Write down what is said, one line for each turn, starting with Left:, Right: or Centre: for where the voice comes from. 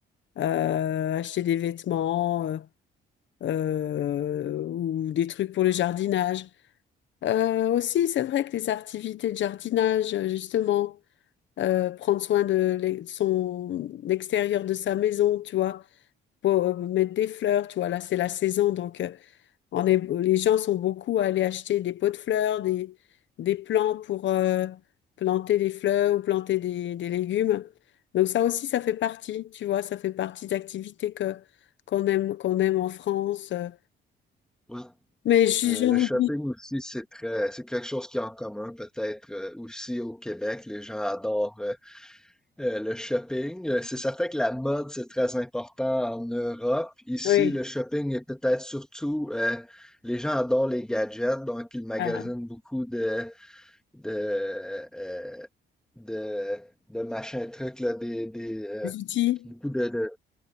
Left: euh, acheter des vêtements. euh, euh, ou des trucs pour le jardinage. Euh, aussi, c'est vrai que les activités de jardinage, euh, justement, euh, prendre soin de l'e- son l'extérieur de sa maison, tu vois, pour euh, mettre des fleurs, tu vois, là c'est la saison, donc euh, on est, les gens sont beaucoup à aller acheter des pots de fleurs, des, des plants pour euh, planter des fleurs ou planter des, des légumes. Donc ça aussi, ça fait partie, tu vois, ça fait partie d'activités que qu'on aime, qu'on aime en France. euh,
Centre: Ouais.
Left: mais je-
Centre: Euh,
Left: j'en
Centre: le
Left: oublie.
Centre: shopping aussi, c'est très, c'est quelque chose qui est en commun, peut-être euh, aussi au Québec. Les gens adorent euh, Euh, le shopping, euh, c'est certain que la mode, c'est très important en Europe. Ici,
Left: Oui.
Centre: le shopping est peut-être surtout, euh, les gens adorent les gadgets, donc ils magasinent
Left: Ah,
Centre: beaucoup de, de, euh, de, de machins trucs, là, des, des, euh,
Left: des outils.
Centre: beaucoup de, de,